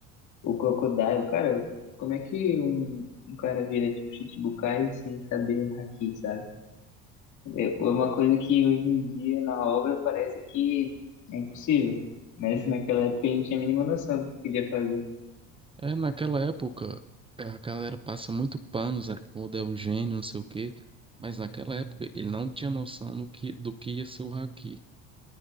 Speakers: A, on the left (about 60°); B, on the right (about 15°).
A: O Crocodile, cara, como é que um, um cara vira tipo Shichibukai sem saber haki, sabe? É é uma coisa que hoje em dia na obra parece que é impossível, mas <laughs> naquela época ele não tinha a mínima noção do que queria fazer.
B: É, naquela época, é, a galera passa muito pano, Zé Ruda é um gênio, não sei o quê, mas naquela época ele não tinha noção do que, do que ia ser o haki.